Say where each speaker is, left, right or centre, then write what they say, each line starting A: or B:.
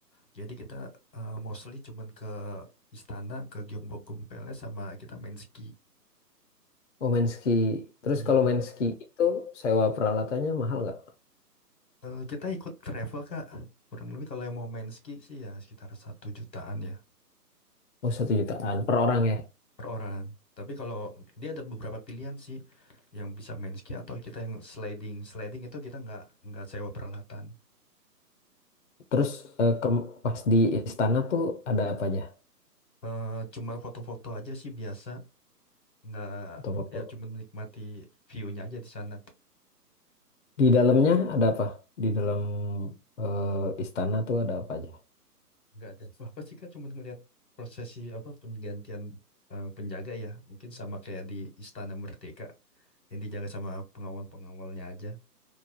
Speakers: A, on the left (about 85°); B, on the left (about 50°).
A: Jadi kita eh, mostly cuman ke istana, ke Gyeongbokgung Palace sama kita main ski.
B: Oh main ski. Terus
A: Iya.
B: kalau main ski itu sewa peralatannya mahal nggak?
A: Eh, kita ikut travel Kak. Kurang lebih kalau yang mau main ski sih ya sekitar satu jutaan ya.
B: Oh satu jutaan per orang ya.
A: per orang. Tapi kalau dia ada beberapa pilihan sih yang bisa main ski atau kita yang sliding. Sliding itu kita nggak nggak sewa peralatan.
B: Terus eh, ke- pas di istana tuh ada apa aja?
A: Eh cuma foto-foto aja sih biasa. Nggak
B: Foto-foto.
A: ya cuma menikmati view-nya aja di sana.
B: Di dalamnya ada apa? Di dalam eh, istana tuh ada apa aja?
A: Nggak ada apa-apa sih Kak, cuma ngeliat prosesi apa penggantian eh, penjaga ya. Mungkin sama kayak di Istana Merdeka yang dijaga sama pengawal-pengawalnya aja.